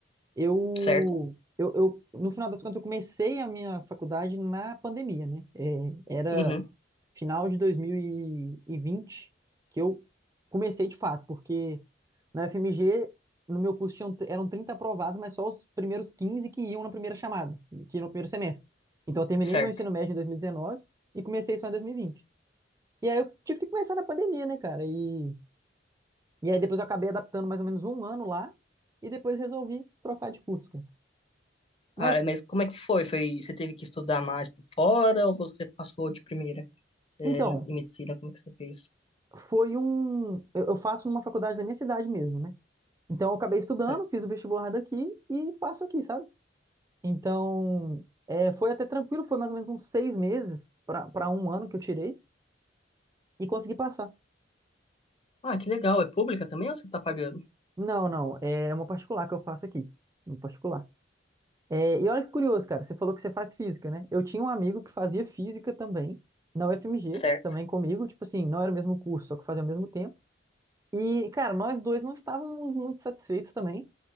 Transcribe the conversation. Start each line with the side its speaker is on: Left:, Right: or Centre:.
Right: eu,
Left: Certo?
Right: eu, eu, no final das contas, eu comecei a minha faculdade na pandemia, né? É, era
Left: Uhum,
Right: final de 2020 que eu comecei de fato, porque na FMG, no meu curso, tinham, eram 30 aprovados, mas só os primeiros 15 que iam na primeira chamada, que iam no primeiro semestre. Então, eu terminei
Left: certo.
Right: meu ensino médio em dois mil e dezenove e comecei só em 2020. E vinte. E aí, eu tive que começar na pandemia, né, cara? E, e aí, depois eu acabei adaptando mais ou menos um ano lá e depois resolvi trocar de curso, cara.
Left: Ah,
Right: Mas
Left: é, mas como é que foi? Foi, você teve que estudar mais por fora ou você passou de primeira, é,
Right: Então,
Left: em medicina? Como é que você fez?
Right: foi um. Eu eu faço numa faculdade da minha cidade mesmo, né? Então, eu acabei estudando,
Left: Sei.
Right: fiz o vestibular daqui e faço aqui, sabe? Então, é, foi até tranquilo, foi mais ou menos uns seis meses para para um ano que eu tirei e consegui passar.
Left: Ah, que legal. É pública também ou você tá pagando?
Right: Não, não, é uma particular que eu faço aqui, uma particular. É, e olha que curioso, cara, você falou que você faz física, né? Eu tinha um amigo que fazia física também, na UFMG,
Left: certo?
Right: também comigo, tipo assim, não era o mesmo curso, só que fazia ao mesmo tempo. E, cara, nós dois não estávamos muito satisfeitos também.